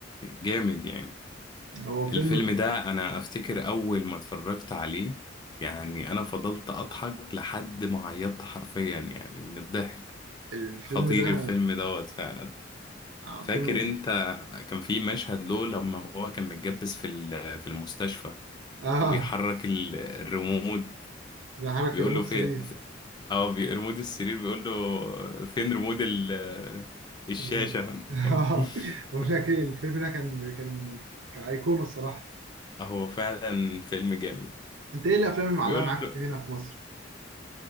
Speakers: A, on the left; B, on the right.
A: جامد يعني
B: هو فيلم
A: الفيلم ده انا افتكر اول ما اتفرجت عليه يعني انا فضلت اضحك لحد ما عيطت حرفيا يعني من الضحك
B: الفيلم
A: خطير
B: ده
A: الفيلم دوت فعلا
B: آه،
A: فاكر
B: فيلم
A: انت كان في مشهد له لما هو كان متجبس في ال- في المستشفى
B: اه
A: وبيحرك ال- الريموت
B: ده حركة
A: بيقول
B: ريموت
A: له فين
B: 3
A: في- اه بي- ريموت السرير بيقول له فين ريموت ال- الشاشة
B: تلفزيون <laughs> اه
A: طب <laughs>
B: بقول لك ايه الفيلم ده كان كان كان ايقونه الصراحه
A: هو فعلا فيلم جامد
B: انت ايه الافلام اللي معلقه
A: بيقول
B: معاك
A: له
B: هنا في مصر